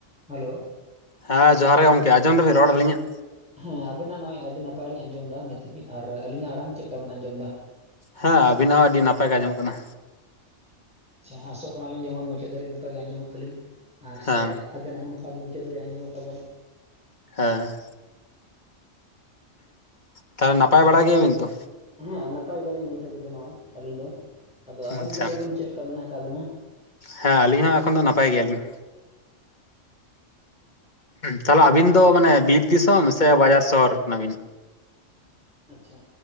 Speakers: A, in the centre; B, on the left (about 35°).
A: Hello.
B: ᱦᱮᱸ ᱡᱚᱦᱟᱨ ᱜᱮ ᱜᱚᱢᱠᱮ ᱟᱸᱡᱚᱢ ᱫᱚᱵᱤᱱ ᱨᱚᱲ ᱟᱹᱞᱤᱧᱟ?
A: ᱦᱮᱸ ᱟᱵᱮᱱᱟᱜ ᱱᱚᱜᱼᱭ ᱟᱹᱰᱤ ᱱᱟᱯᱟᱭᱞᱤᱧ ᱟᱸᱡᱚᱢ ᱮᱫᱟ ᱱᱤᱛ ᱫᱷᱟᱹᱵᱤᱡ ᱟᱨ ᱟᱹᱞᱤᱧᱟᱜ ᱟᱲᱟᱝ ᱪᱮᱫ ᱞᱮᱠᱟ ᱵᱤᱱ ᱟᱸᱡᱚᱢ ᱮᱫᱟ?
B: ᱦᱮᱸ ᱟᱵᱤᱱᱟᱜ ᱦᱚᱸ ᱟᱹᱰᱤ ᱱᱟᱯᱟᱭ ᱜᱮ ᱟᱸᱡᱚᱢᱚᱜ ᱠᱟᱱᱟ᱾
A: ᱟᱪᱪᱷᱟ ᱟᱥᱚᱜ ᱠᱟᱱᱟᱞᱤᱧ ᱡᱮᱢᱚᱱ ᱢᱩᱪᱟᱹᱫ ᱫᱷᱟᱹᱨᱤᱡ ᱱᱚᱝᱠᱟ ᱜᱮ ᱟᱸᱡᱚᱢᱚᱜ ᱛᱟᱹᱞᱤᱧ, ᱟᱨ
B: ᱦᱮᱸ
A: ᱥᱮ ᱟᱵᱱᱟᱜ ᱦᱚᱸ ᱱᱚᱝᱠᱟ ᱜᱮ ᱢᱩᱪᱟᱹᱫ ᱫᱷᱟᱹᱨᱤᱡ ᱟᱸᱡᱚᱢᱚᱜ ᱛᱟᱵᱮᱱ᱾
B: ᱦᱮᱸ ᱛᱟᱦᱚᱞᱮ ᱱᱟᱯᱟᱭ ᱵᱟᱲᱟ ᱜᱮᱭᱟᱵᱤᱱ ᱛᱚ?
A: ᱦᱮᱸ ᱱᱟᱯᱟᱭ ᱜᱮᱭᱟᱞᱤᱧ ᱱᱤᱛ ᱦᱟᱹᱵᱤᱡ ᱫᱚ ᱱᱚᱜᱼᱚᱭ ᱟᱹᱞᱤᱧ ᱫᱚ, ᱟᱫᱚ ᱟᱵᱮᱱ
B: ᱟᱪᱪᱷᱟ
A: ᱜᱮ ᱞᱟᱹᱭ ᱵᱮᱱ ᱪᱮᱫ ᱞᱮᱠᱟ ᱢᱮᱱᱟᱜ ᱟᱠᱟᱜ ᱵᱮᱱᱟ?
B: ᱦᱮᱸ ᱟᱹᱞᱤᱧ ᱦᱚᱸ ᱮᱠᱷᱚᱱ ᱫᱚ ᱱᱟᱯᱟᱭ ᱜᱮᱭᱟᱞᱤᱧ᱾ ᱛᱟᱦᱚᱞᱮ ᱟᱹᱵᱤᱱ ᱫᱚ ᱢᱟᱱᱮ ᱵᱤᱨ ᱫᱤᱥᱚᱢ ᱥᱮ ᱵᱟᱡᱟᱨ ᱥᱚᱦᱚᱨ ᱠᱟᱱᱟ ᱵᱤᱱ?
A: ᱟᱪᱪᱷᱟ,